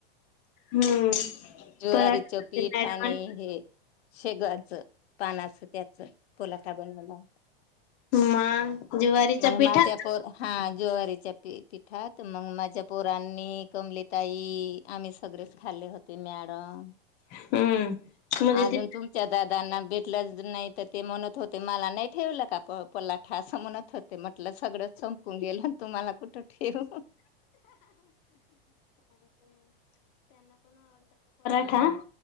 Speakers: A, on the left; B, on the left.
A: हम्म
B: ज्वारीचं
A: पराठे
B: पीठ
A: मॅडम
B: आणि हे शेवग्याच्या पानाचं त्याच पलाटा बनलेला होता
A: मग ज्वारीच्या
B: मग
A: पिठा
B: माझ्या पोर हा जेवला प पिठात मग माझ्या पोरांनी कमलताई आम्ही सगळेच खाल्ले होते ते मॅडम
A: हम्म म्हणजे
B: अजून
A: ति
B: तुमच्या दादांना भेटलं नाही तर ते म्हणत होते मला नाही ठेवलं का पराठा? असं म्हणत होत ते म्हटलं सगळं संपून गेलं. तुम्हाला कुठं ठेऊ
A: हा